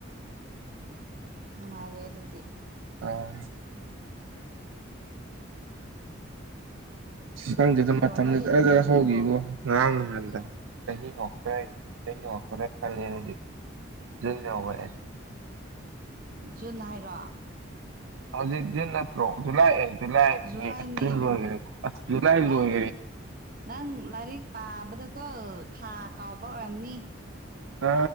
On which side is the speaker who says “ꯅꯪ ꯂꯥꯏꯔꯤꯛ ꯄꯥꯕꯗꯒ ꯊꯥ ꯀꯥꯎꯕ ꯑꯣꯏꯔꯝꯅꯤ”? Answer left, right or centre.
Right